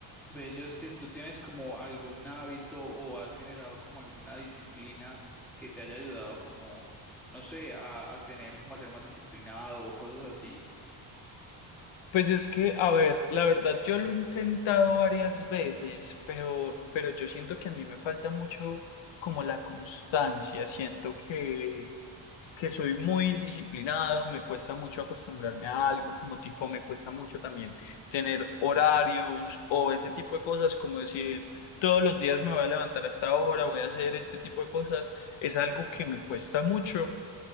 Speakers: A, in the centre; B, on the left.
A: Ve, Justin, ¿tú tienes como algún hábito o has generado como alguna disciplina que te haya ayudado como, no sé, a, a tener como a ser más disciplinado o cosas así?
B: Pues es que, a ver, la verdad yo lo he intentado varias veces, pero, pero yo siento que a mí me falta mucho como la constancia, siento que, que soy muy indisciplinado, me cuesta mucho acostumbrarme a algo, como tipo me cuesta mucho también tener horarios o ese tipo de cosas, como decir todos los días me voy a levantar a esta hora, voy a hacer este tipo de cosas, es algo que me cuesta mucho,